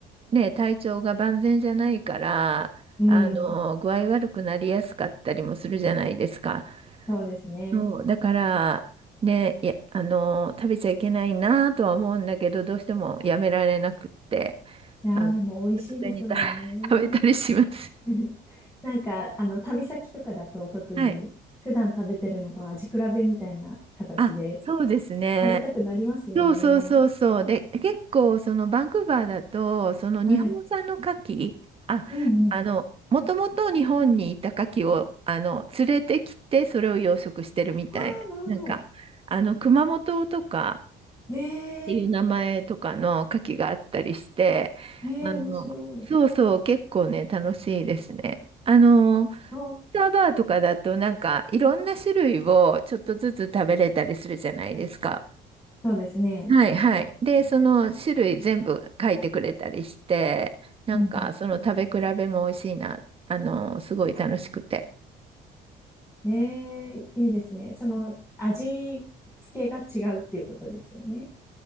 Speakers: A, on the right; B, on the left.
A: ね、体調が万全じゃないから、
B: うん、
A: あの、具合悪くなりやすかったりもするじゃないですか。
B: そうですね。
A: そう、だから、ね、いや、あの、食べちゃいけないなとは思うんだけど、どうしてもやめられなくって。
B: いやー、
A: あの、
B: でも美味しいですもんね
A: 突然にた <laughs> 食べたりします。
B: <laughs> なんか、あの、旅先とかだと特に普段食べてるのと味比べみたいな形で
A: はい。あ、そうですね。
B: 食べたくなりますよね。
A: そうそうそうそう。で、結構、そのバンクーバーだと、その日本産の牡蠣、
B: はい。
A: あ、
B: うんうん。
A: あの、もともと日本にいた牡蠣を、あの、連れてきて、それを養殖してるみたいな。
B: ああ、なるほど。
A: なんか、あの、熊本とか
B: ええ、
A: っていう名前とかの牡蠣があったりして、
B: ええ、
A: あの、
B: 面白い。
A: そうそう、結構ね、楽しいですね。あの、スターバーとかだとなんかいろんな種類をちょっとずつ食べれたりするじゃないですか。
B: あ、そうですね。
A: はいはい。で、その種類全部書いてくれたりして、なんかその食べ比べも美味しいな。
B: うん
A: あの、すごい楽しくて。
B: うん。ええ、いいですね。その、味付けが違うっていうことですよね。